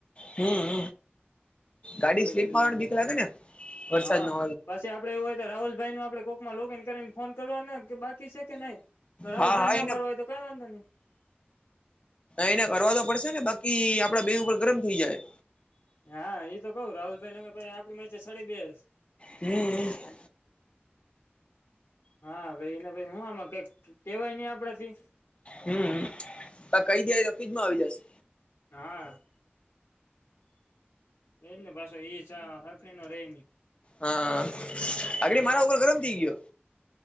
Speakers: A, on the left; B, on the left.
A: હમ
B: મેં
A: ગાડી
B: કીધું
A: સ્લીપ માને
B: લઈને જાત.
A: ભીક લાગે ને વરસાદ
B: હા
A: નો.
B: પછી આપડે એવું હોય તો રાહુલભાઈ ન આપડ કોકમાં લોગિન કરીને ફોન કરવા ને કે બાકી છે કે નહી? તો રાહુલભાઈ
A: હા હા
B: નો
A: એને
B: કરવા હોય તો કઈ વાંધો નહી.
A: એને કરવા તો પડશે ને બાકી આપડા બેગ ઉપર ગરમ થઈ જાય.
B: હા એ તો કઉું રાહુલભાઈ ને ભાઈ આપડી ચ સડી બેસ.
A: હમ.
B: હા ભાઈ એને ભાઈ હું આમાં કઈક કેવાય નહ આપડા થી.
A: હમ કઈ જ તો ફ્રીજમાં આવી જશે.
B: હા. એજ ને પાછો ઈ હખણી ન રે ની.
A: હા આગડી મારા ઉપર ગરમ થઈ ગયો.